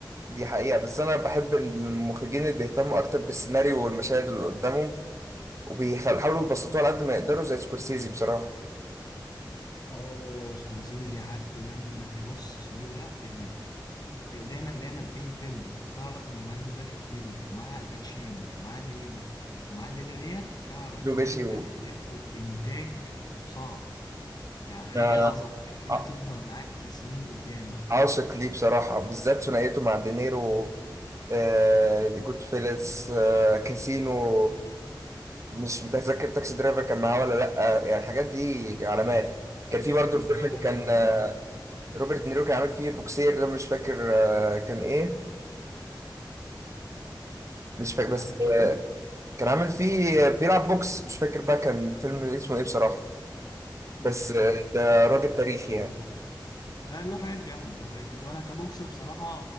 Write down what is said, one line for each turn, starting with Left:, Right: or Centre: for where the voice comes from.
Right: دي حقيقة بس أنا بحب المخرجين اللي بيهتموا أكتر بالسيناريو والمشاهد اللي قدامهم وبيحاولوا يبسطوها على قد ما يقدروا زي سكورسيزي بصراحة
Left: اه سكورسيزي حاجته جامده يا بص سكورسيزي ده يعني دايما دايما اي فيلم تعرف ان المعلم ده داخل فيه ومعاه الباتشينو ومعاه دينيرو ومعاه الليله ديت اعرف
Right: لوبيشي
Left: ان انت
Right: و...
Left: هتاخد انتاج صعب يعني حاجه
Right: ده
Left: عظمه كده حاجه
Right: ع-
Left: تفضل معاك لسنين قدام بقى
Right: عاشق ليه بصراحة بالذات ثنائيته مع دينيرو آه جود فيلس آه كاسينو مش متذكر تاكسي درايفر كان معاه ولا لأ يعني الحاجات دي علامات كان في برضه
Left: كان
Right: الفيلم
Left: معاه
Right: اللي كان
Left: كان
Right: آه،
Left: معاه مظبوط
Right: روبرت دينيرو كان عامل فيه بوكسير ده مش فاكر آه كان إيه مش فاكر
Left: كان
Right: بس
Left: عامل فيه ايه؟
Right: كان عامل فيه بيلعب بوكس مش فاكر بقى كان فيلم اسمه ايه بصراحة بس
Left: كلا
Right: آه، ده
Left: بوكس
Right: راجل
Left: مش متذكره
Right: تاريخي يعني
Left: برضه لا له حاجات جامده له حاجات جامده وانا كبوكس بصراحه